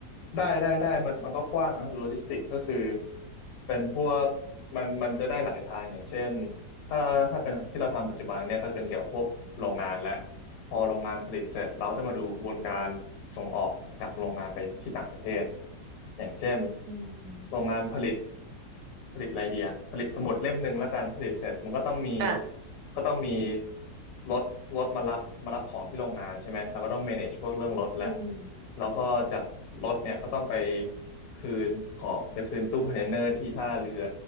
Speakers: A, on the left (about 85°); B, on the right (about 70°).
A: ได้ได้ได้มันมันก็กว้างนะโลจิสติกก็คือเป็นพวกมันมันจะได้หลายทางอย่างเช่นถ้าถ้าเป็นที่เราทำปัจจุบันเนี่ยก็จะเป็นเกี่ยวกับพวกโรงงานและพอโรงงานผลิตเสร็จเราจะมาดูกระบวนการส่งออกจากโรงงานไปที่ต่างประเทศอย่างเช่น
B: อืม
A: โรงงานผลิต ผลิตอะไรดีอะผลิตสมุดเล่มหนึ่งแล้วกันผลิตเสร็จมันก็ต้องมี
B: อ่ะ
A: ก็ต้องมีรถรถมารับมารับของที่โรงงานใช่ไหมเราก็ต้อง manage พวกเรื่องรถและ
B: อืม
A: แล้วก็จากรถเนี่ยก็ต้องไปคืนของไปคืนตู้คอนเทนเนอร์ที่ท่าเรือ